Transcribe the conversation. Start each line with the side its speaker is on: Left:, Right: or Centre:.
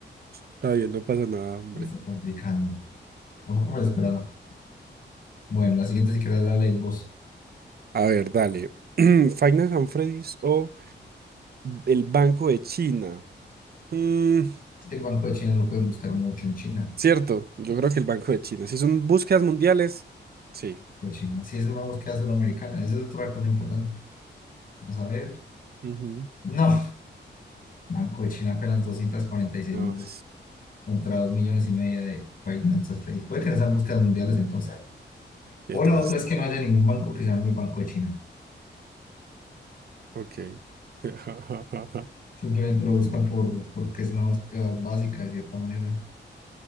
Right: Está bien, no pasa nada, hombre.
Left: Está complicado. Tampoco me lo esperaba. Bueno, la siguiente si querés la lees vos.
Right: A ver, dale. <clears throat> Finance and Freddy's o el Banco de China. Mm,
Left: Es que el Banco de China lo pueden buscar mucho en China.
Right: cierto, yo creo que el Banco de China. Si son búsquedas mundiales, sí.
Left: Banco de China. Si es una búsqueda solo americana, esa es otra cosa importante. Vamos a ver.
Right: Ujú.
Left: No, Banco de China apenas doscientas cuarenta y seis
Right: Dios,
Left: mil veces contra 2 millones y media de Five Nights at Freddy's. Puede que no sean búsquedas mundiales entonces.
Right: qué
Left: O
Right: triste.
Left: la otra es que no haya ningún banco que se llame el Banco de China.
Right: Ok. <laughs>
Left: Simplemente lo buscan por, porque es una búsqueda básica de cierta manera.